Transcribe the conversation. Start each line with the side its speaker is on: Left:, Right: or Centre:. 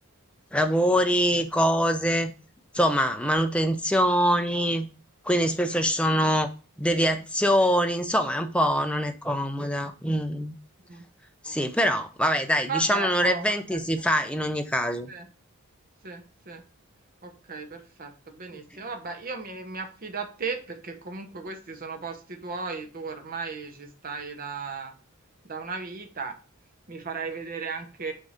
Centre: lavori, cose, insomma, manutenzioni, quindi spesso ci sono
Right: Sì.
Centre: deviazioni, insomma, è un po' non è comoda. mm.
Right: Mm,
Centre: Sì,
Right: Ok,
Centre: però, vabbè, dai,
Right: vabbè,
Centre: diciamo un'ora
Right: oh,
Centre: e venti
Right: vabbè,
Centre: si
Right: c'è.
Centre: fa in ogni caso.
Right: sì. Sì, sì. Ok, perfetto, benissimo.
Centre: Ok.
Right: Vabbè, io mi, mi affido a te perché comunque questi sono posti tuoi, tu ormai ci stai da, da una vita, mi farai vedere anche